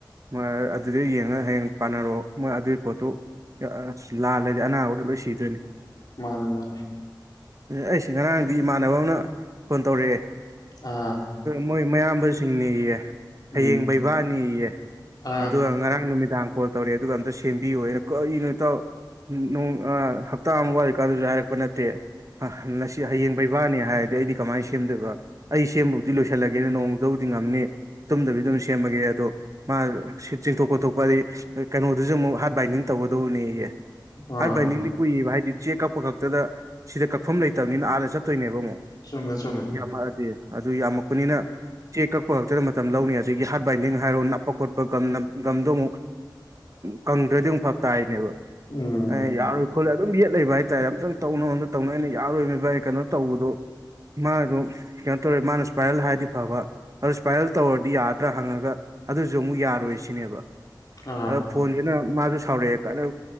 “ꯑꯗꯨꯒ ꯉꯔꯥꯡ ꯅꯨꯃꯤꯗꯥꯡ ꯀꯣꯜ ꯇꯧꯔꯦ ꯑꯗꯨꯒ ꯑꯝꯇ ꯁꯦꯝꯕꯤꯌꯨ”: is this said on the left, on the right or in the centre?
Right